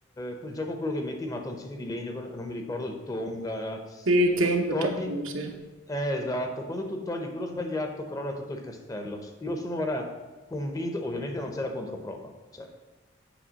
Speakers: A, on the left (about 15°); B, on the right (about 80°).
A: quel gioco quello che metti i mattoncini di legno, non mi ricordo il Tonga. la-
B: Sì, tengo,
A: Quando togli
B: tolgo, sì.
A: eh, esatto, quando tu togli quello sbagliato, crolla tutto il castello. Io sono guarda, convinto, ovviamente non c'è la controprova, cioè,